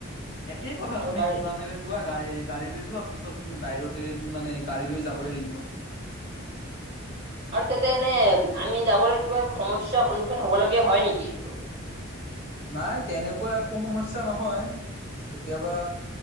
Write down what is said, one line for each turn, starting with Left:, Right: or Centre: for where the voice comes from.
Left: একেই কথা
Right: আৰু
Left: তুমি
Right: গাড়ী
Left: বিমানৰে যোৱা গা <unintelligible> গাড়ীৰে যোৱা। পিছত তুমি বাইৰোডে মানে গাড়ী লৈ যাবই লাগিব। <unintelligible>
Right: আৰু তাতে এনে আমি যাবলৈ কিবা সমস্যাৰ সন্মুখীন হ'বলগীয়া হয় নেকি? <unintelligible>
Left: নাই তেনেকুৱা একো সমস্যা নহয় কেতিয়াবা